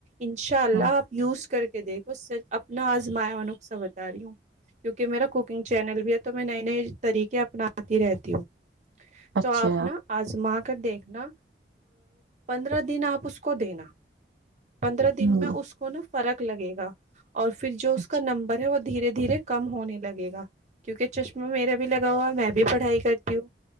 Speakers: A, on the right (about 40°); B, on the right (about 90°).
A: انشاء اللہ
B: ہاں
A: آپ یز کر کے دیکھو س اپنا آزمایا نقصا بتا رہی ہوں کیونکہ میرا کوکنگ چینل بھی ہے تو میں نئے نئے طریقے اپناتی رہتی ہوں
B: اچھا
A: تو آپ نا آزمات دیکھنا پندرہ دن آپ اس کو دینا پندرہ دن
B: ہوں
A: میں اس فرق لگے گا اور پھر جو اس
B: اچھا
A: کا نمبر ہے وہ دھیرے دھیرے کم ہونے لگے گا کیونکہ چشمہ میرا بھی لگا ہوا میں بھی پڑھائی کرتی ہوں